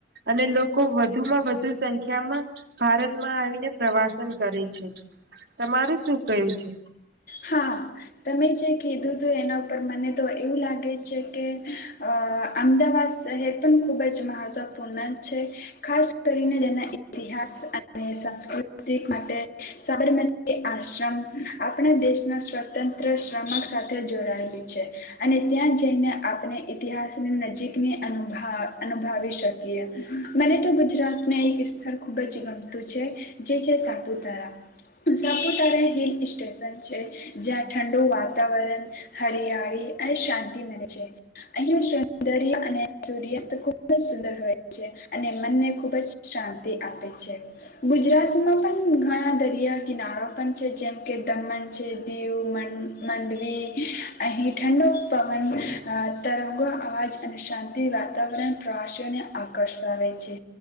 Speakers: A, on the right; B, on the left.
A: અને લોકો વધુમાં વધુ સંખ્યામાં ભારતમાં આવીને પ્રવાસન કરે છે તમારું શું કહું છે
B: હા તમે જે કીધું હતું એના ઉપર મને તો એવું લાગે છે કે અ અમદાવાદ શહેર પણ ખુબ જ મહત્વપૂર્ણ છે ખાસ કરીને તેના ઇતિહાસ અને સાસ્કૃતિક માટે સાબરમતી આશ્રમ આપણે દેશના સ્વતંત્ર શ્રમક સાથે જોડાયેું છે અને ત્યાં જઈને આપણે ઈતિહાસની નજીકની અનુભ અનુભાવ શકીએ મને તો ગુજરાતને એક સ્થળ ખુબ જ ગમતું છે જે છે સાપુતારા સાપુતારા હિલ સ્ટેશન જ્યાં ઠંડુ વાતાવરણ હરિયાળી અને શાંતિ મળને છે અહિયાં સૌંદર્ય અને સૂર્યાસ્ત ખૂબ જ સુંદર હોય છે અને મનને ખુબ જ શાંતિ આપે છે ગુજરાતમાં પણ ઘણા દરિયા કિનારા પણ છે જેમ કે દમન દીવ મંડવી અહી ઠંડો પવન અ તરંગો અવાજ અને શાંતિ વાતાવરણ પ્રવાસીઓને આકર્ષાવે છે